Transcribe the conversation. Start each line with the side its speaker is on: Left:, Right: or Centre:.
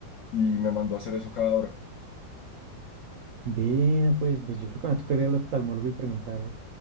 Left: Y me mandó a hacer eso cada hora.
Right: Bien, pues, pues yo creo que me va a tocar ir al oftalmólogo y preguntar